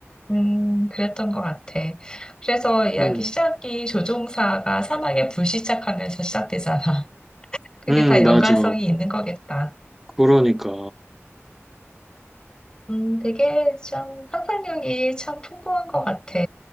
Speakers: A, on the left; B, in the centre.
A: 음, 그랬던 것 같아. 그래서 이야기
B: 음,
A: 시작이 조종사가 사막에 불시착하면서 시작되잖아. <laughs> 그게
B: 음,
A: 다 연관성이
B: 맞아.
A: 있는 거겠다.
B: 그러니까.
A: 음, 되게 참 상상력이 참 풍부한 것 같아.